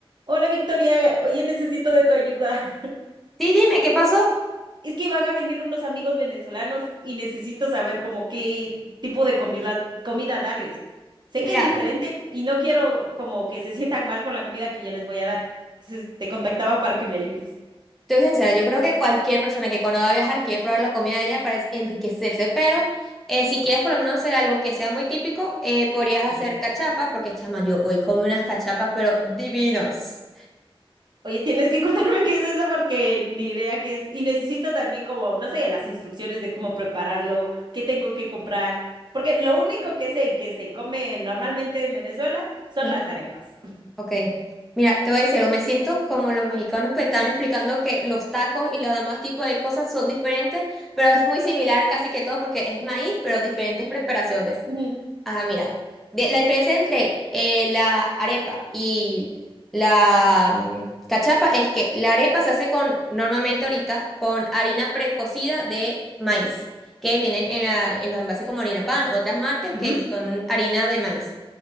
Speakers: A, on the right; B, in the centre.
A: Hola Victoria, oye, necesito de tu ayuda. <laughs>
B: Sí, dime, ¿qué pasó?
A: Es que van a venir unos amigos venezolanos y necesito saber como qué tipo de comida, comida darles. Sé
B: Mira,
A: que es diferente y no quiero como que se sientan mal con la comida que yo les voy a dar. Entonces te contactaba para que me ayudes.
B: te soy sincera, yo creo que cualquier persona que cuando va a viajar quiere probar la comida de allá para enriquecerse, pero eh, si quieres por lo menos hacer algo que sea muy típico, eh, podrías hacer
A: Ujú.
B: cachapas, porque chama, yo hoy comí unas cachapas, pero divinos.
A: Oye, tienes que <laughs> contarme qué es eso porque ni idea qué es. Y necesito también como, no sé, las instrucciones de cómo prepararlo, qué tengo que comprar. Porque lo único que sé que se come normalmente en Venezuela son
B: Ajá.
A: las arepas.
B: Ok, mira, te voy a decir algo, me siento como los mexicanos que estaban explicando que los tacos y los demás tipos de cosas son diferentes, pero es muy similar casi que todo porque es maíz, pero diferentes preparaciones.
A: <laughs> Ujú.
B: Ah, mira, de- la diferencia entre eh, la arepa y la mm, cachapa es que la arepa se hace con, normalmente ahorita, con harina precocida de maíz, que vienen en, la- en los envases como harina pan, otras marcas
A: Ujú.
B: que son harinas de maíz.